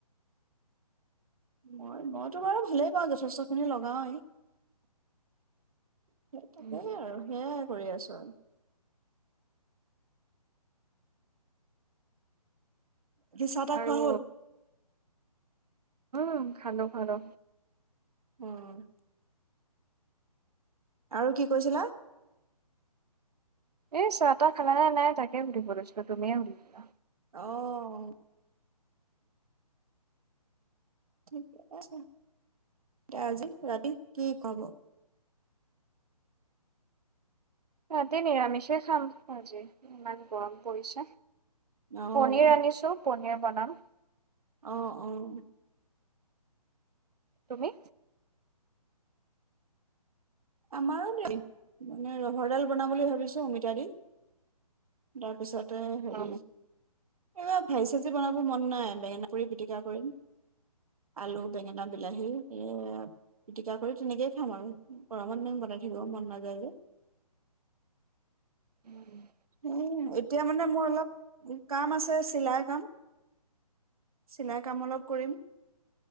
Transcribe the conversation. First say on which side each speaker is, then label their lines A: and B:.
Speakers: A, on the right; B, on the right.
A: মই মইতো বাৰু ভালেই পাওঁ যথেষ্ট খিনি লগাও এই সেই থাকেই
B: উম,
A: আৰু সেয়াই কৰি আছো আৰু চাহ তা
B: আৰু
A: খোৱা হ'ল
B: উম খালো খালো
A: অহ আৰু কি কৈছিলা
B: এই চাহ তা খালা নে নাই তাকে সুধিব লৈছো তুমিয়ে সুধিবা
A: অ ঠিকে আছে ত আজি যাবি কি কব
B: ৰাতি নিৰামিষে খাম আজি ইমান গৰম পৰিছে
A: অ',
B: পনিৰ আনিছো পনিৰ বনাম
A: অহ অহ‌
B: তুমি
A: আমাৰো দেই মানে ৰহৰডাল বনাম বুলি ভাবিছোঁ অমিতা দি তাৰপিছত ত হেৰি
B: অ
A: এইব ভাজি চাজি বনাব মন নাই বেঙেনা কৰি পিটিকা কৰিম আলু বেঙেনা বিলাহী এই পিটিকা কৰি তেনেকেই খাম আৰু গৰমত ইমান বনাই থাকিব মন নাযায় যে
B: উম
A: উম এতিয়া মানে মোৰ অলপ কাম আছে চিলাই কাম চিলাই কাম অলপ কৰিম